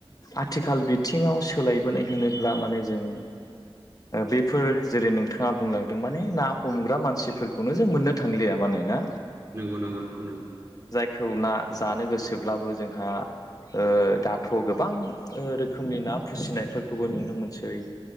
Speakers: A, on the left; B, on the right.
A: आथिखाल बिथिङाव सोलायबोनाय होनोब्ला माने जों बेफोर जेरै नोंथाङा बुंलांदों माने ना हमग्रा मानसिफोर बेखौनो जों मोननो थांलिया माने ना?
B: नंगौ नंगौ नोंथां नोंगौ।
A: खौ ना जानो गोसोब्लाबो जोंहा ओ दाथ' गोबां रोखोमनि ना फुसिनायफोरखौबो नुनो मोनसै ।